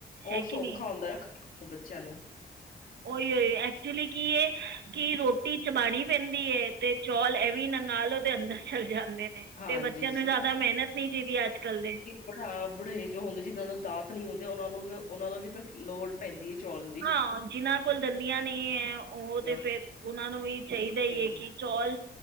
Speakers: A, on the left; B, on the right.
A: ਉਹ
B: ਹੈ ਕਿ
A: ਸੌਖਾ
B: ਨਹੀਂ
A: ਹੁੰਦਾ ਬੱਚਿਆਂ ਨੂੰ
B: ਉਹੀ ਉਹੀ ਐਕਚੁਲੀ ਕੀ ਏ, ਕਿ ਰੋਟੀ ਚਬਾਣੀ ਪੈਂਦੀ ਹੈ ਤੇ ਚੌਲ ਐਵੇਂ ਨੰਗਾਲੋ ਤੇ ਅੰਦਰ ਚਲ ਜਾਂਦੇ ਨੇ।
A: ਹਾਂਜੀ
B: ਤੇ ਬੱਚਿਆਂ ਨੂੰ ਜ਼ਿਆਦਾ ਮਿਹਨਤ ਨੀ ਚਾਹੀਦੀ, ਅੱਜ- ਕੱਲ ਦੇ।
A: ਬੁਦਾ ਬੜੇਜ ਹੁੰਦੇ ਜਿਹਨਾਂ ਨੂੰ ਦਾਤ ਨੀ ਹੁੰਦੇ, ਉਹਨਾ ਨੂੰ ਵੀ, ਉਹਨਾਂ ਨੂੰ ਵੀ ਤਾਂ ਲੋੜ ਪੈਂਦੀ ਐ ਚੌਲ, ਦੀ
B: ਹਾਂ ਜਿਹਨਾਂ ਕੋਲ ਦੰਦੀਆਂ ਨਹੀਂ ਐ, ਉਹ
A: ਹਾਂ
B: ਤੇ ਫਿਰ ਉਹਨਾਂ ਨੂੰ ਵੀ ਚਾਹੀਦਾ
A: ਸਹੀ
B: ਹੀ ਹੈ ਕੀ ਚੋਲ